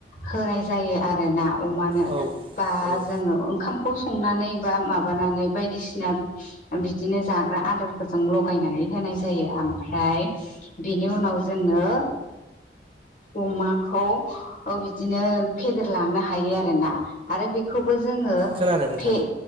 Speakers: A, on the left; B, on the right.
A: होनाय जायो आरोना अमानो
B: औ औ
A: बा
B: ओ
A: जोङो ओंखामखौ संनानै बा माबानानै बायदिसिना बिदिनो जाग्रा आदारफोरजों लगायनानै होनाय जा यो ओमफ्राय बिनि उनाव जोङो अमाखौ बिदिनो फेदेरलांनो हायो आरोना आरो बेखौबो जोङो
B: खोनादों नोंथां
A: फे